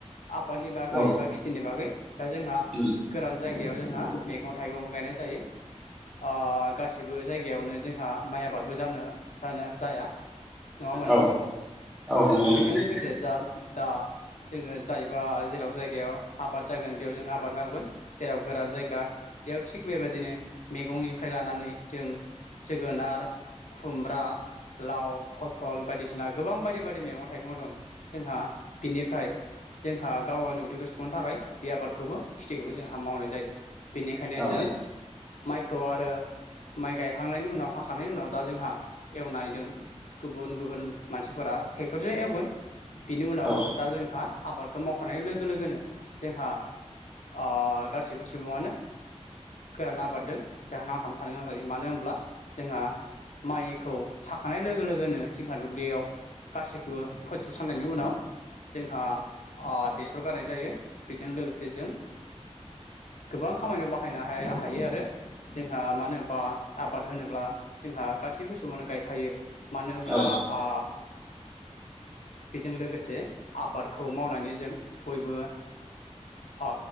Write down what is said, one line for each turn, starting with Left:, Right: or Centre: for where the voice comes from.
Left: आबादनि बागै
Centre: औ
Left: एबा खेथिनि बागै दा जोंहा
Centre: उम
Left: गोरान जायगायाव जों जोंहा मैगं थाइगंबो गायनाय जायो अ गासिबो जायगायावनो जोंहा माइ आबादबो जानो जानो जाया। नङाबा नोंथां
Centre: औ औ नंगौ नोंथां
Left: बेजों लोगोसे जा दा जोङो जाहैबाय जेराव जायगायाव आबाद जागोन बेयाव जों आबाद मावगोन जेराव गोरान जायगा बेयाव थिग बेबायदिनो मैगंनिफ्राय लानानै जों जोगोनार खुमब्रा लाव फथल बायदिसिना गोबां बायदि बायदि मैगं थाइगं दं जोंहा बिनिफ्राय जोंहा गाव गावनि उदैखौ सुफुंनो थाखाय बे आबादखौबो खेथिखौबो जोंहा मावनाय जायो बेनिखायनो
Centre: औ
Left: जों माइखौ आरो माइ गायखांनायनि उनाव हाखांनायनि उनाव दा जोंहा एवनायजों गुबुन गुबुन मानसिफोरा ट्रेक्टरजों एवगोन बिनि उनाव
Centre: औ
Left: दा जोंहा आबादखौ मावखानाय लोगो लोगोनो जोंहा ओ गासैबो सुबुङानो गोरान आबाददों जोंहा नांथाबना थानो गोनां जायो मानो होनब्ला जोंहा माइखौ हाखानाय लोगो लोगोनो जोंहा दुब्लियाव गासैखौबो फोजोबस्रांनायनि उनाव जोंहा बेसर गारनाय जायो बेजों लोगोसे जों गोबां खामानियाव बाहायनो हायो आरो जोंहा मानो होनबा आबाद होनोब्ला जोंहा गासैबो सुबानो गायखायो मानो होनब्ला
Centre: औ
Left: अ बेजों लोगोसे आबादखौ मावनानै जों बयबो अ